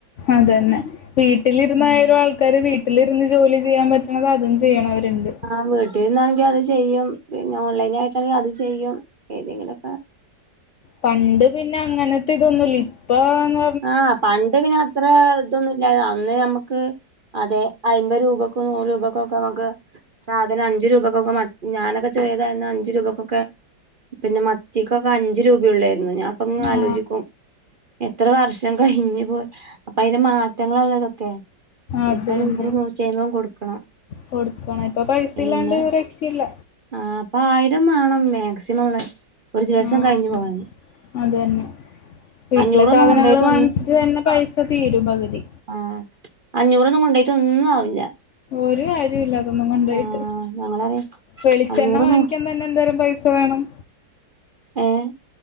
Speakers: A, on the left; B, on the right.
A: അതന്നെ വീട്ടിലിരുന്നായാലും ആൾക്കാര് വീ വീട്ടിലിരുന്ന് ജോലി ചെയ്യാൻ പറ്റണത് അതും ചെയ്യണവരുണ്ട്.
B: ആഹ് വീട്ടിൽ നിന്നാണെങ്കിൽ അത് ചെയ്യും പിന്നെ ഓൺലൈൻ ആയിട്ടാണെങ്കിൽ അത് ചെയ്യും. ഏതെങ്കിലൊക്കെ.
A: പണ്ട് പിന്നെ അങ്ങനത്തെ ഇതൊന്നുല്ല ഇപ്പൊന്ന്
B: ആഹ് പണ്ട് പിന്നെ അത്ര ഇതൊന്നുല്ല അന്ന് നമ്മക്ക്. ക്ക് അതെ അമ്പത് രൂപക്കും നൂറ് രൂപക്കും ഒക്കെ നമ്മുക്ക് സാധനം അഞ്ച് രൂപക്കൊക്കെ ഞാനൊക്കെ ചെറിയതായിരുന്ന അഞ്ച് രൂപയ്ക്കൊക്കെ. പിന്നെ മത്തിക്കൊക്കെ അഞ്ച് രൂപയേ ഉള്ളായിരുന്നു ഞാൻ അപ്പ അങ്ങ് ആലോചിക്കും.
A: ആ
B: എത്ര വർഷം കഴിഞ്ഞു പോയി അപ്പൊ അതിന്റെ മാറ്റങ്ങളല്ലെ ഇതൊക്കെ.
A: അതന്നെ
B: ഇപ്പൊ നൂറ് നൂറ്റിയമ്പതും കൊടുക്കണം.
A: കൊടുക്കണം ഇപ്പൊ പൈസ
B: പിന്നെ
A: ഇല്ലാണ്ട് ഒരു രക്ഷയില്ല.
B: ആഹ് ഇപ്പ ആയിരം വേണം മാക്സിമം ഒരു ദിവസം
A: ആ
B: കഴിഞ്ഞു പോവാന്.
A: അതന്നെ വീട്ടിലെ
B: അഞ്ഞൂറൊന്നും
A: സാധനങ്ങൾ
B: കൊണ്ടോയിട്ട്
A: വാങ്ങിച്ചിട്ട് തന്നെ പൈസ തീരും പകുതി.
B: ആഹ് അഞ്ഞൂറൊന്നും കൊണ്ട് പോയിട്ട് ഒന്നും ആവില്ല.
A: ഒരു കാര്യം ഇല്ല അതൊന്നും കൊണ്ട് പോയിട്ട്
B: ആ ഞങ്ങളറിം
A: വെളിച്ചെണ്ണ
B: അഞ്ഞൂറൊന്നും
A: വാങ്ങിക്കാൻ തന്നെ. നി എന്തായാലും പൈസ വേണം.
B: ഏഹ്